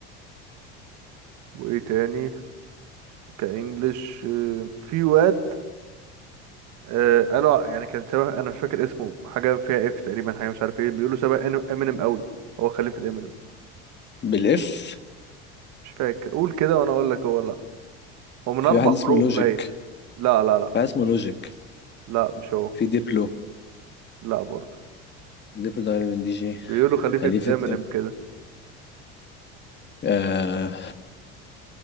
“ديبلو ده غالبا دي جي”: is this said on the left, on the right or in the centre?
Left